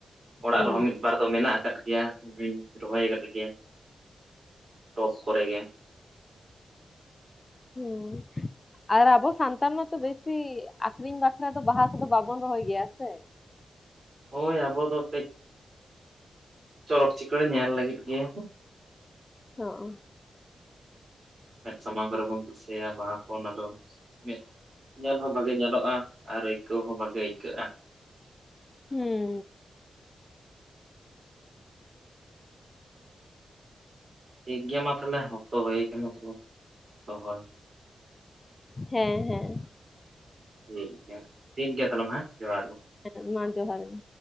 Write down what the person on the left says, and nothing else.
ᱦᱩᱸ
ᱦᱮᱸ ᱟᱨ ᱟᱵᱚ ᱥᱟᱱᱛᱟᱲ ᱢᱟᱛᱚ ᱵᱮᱥᱤ ᱟᱠᱷᱨᱤᱧ ᱵᱟᱠᱷᱨᱟ ᱫᱚ ᱵᱟᱦᱟ ᱠᱚᱫᱚ ᱵᱟᱵᱚᱱ ᱨᱚᱦᱚᱭ ᱜᱮᱭᱟ ᱥᱮ
ᱚᱸᱻ
ᱦᱩᱸ
ᱦᱮᱸ ᱦᱮᱸ
ᱦᱮᱸ ᱢᱟ ᱡᱚᱦᱟᱨ ᱜᱮ᱾